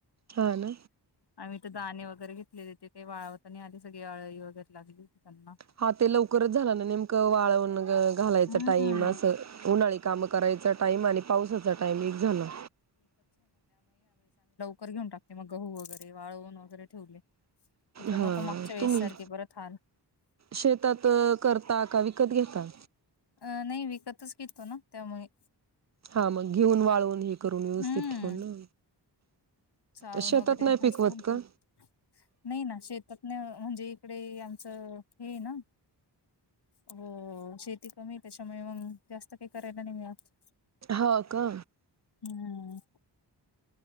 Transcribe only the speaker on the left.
आमी त धाणे वगैरे घेत लेे काही वाळावता नाही आले, सगळी अळी वगैरे लागली होती, त्यांना.
हम्म
कर घेऊन टाकते मग गहु वगैरे वाळऊन वगैरे ठेवले. म्हटलं
नको मागच्या वेळेस
सारखे परत हाल
अं नाही विकतच घेतो ना त्यामुळे
हम्म
चाळून
वगैरे
<unintelligible>
नाही ना शेतात ना म्हणजे इकडे आमचं हे ना अ शेती कमी आहे त्याच्यामुळे मग जास्त काही करायला नाही मिळत.
हम्म